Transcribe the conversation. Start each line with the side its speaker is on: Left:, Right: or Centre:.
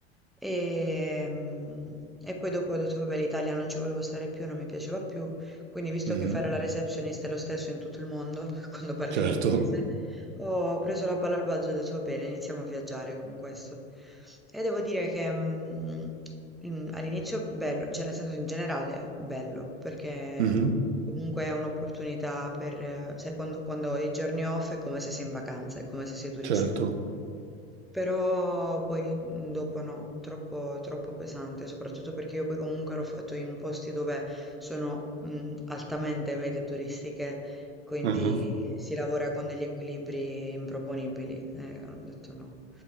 Centre: e, mm, e poi dopo ho detto vabbè l'Italia non ci volevo stare più, non mi piaceva più, quindi visto
Right: Mhm.
Centre: che fare la receptionist è lo stesso in tutto il mondo <laughs> quando parli
Right: Certo,
Centre: l'inglese, Oh, Ho preso la palla al balzo e ho detto va bene, iniziamo a viaggiare con questo. E devo dire che mm, in- all'inizio bello, cioè nel senso in generale bello, perché
Right: Mhm.
Centre: comunque è un'opportunità per, eh, sai, quando, quando hai i giorni off è come se sei in vacanza, è come se sei turista.
Right: Certo.
Centre: Però poi mm, dopo no, troppo, troppo pesante, soprattutto perché io poi comunque l'ho fatto in posti dove sono mm, altamente mete turistiche quindi
Right: Mhm.
Centre: si lavora con degli equilibri improponibili. Eh, ho detto no.